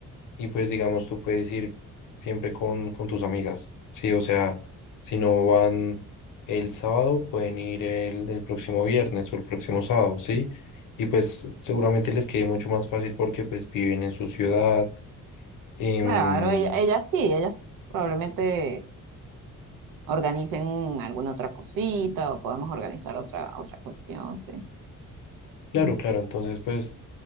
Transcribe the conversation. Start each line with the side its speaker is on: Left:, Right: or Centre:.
Left: Y pues digamos, tú puedes ir siempre con, con tus amigas, ¿sí? O sea, si no van el sábado, pueden ir el, el próximo viernes o el próximo sábado, ¿sí? Y pues seguramente les quede mucho más fácil porque pues viven en su ciudad. em,
Right: Claro, ella, ella sí, ella probablemente organicen alguna otra cosita o podemos organizar otra, otra cuestión, sí.
Left: claro,
Right: Mm,
Left: claro, entonces pues,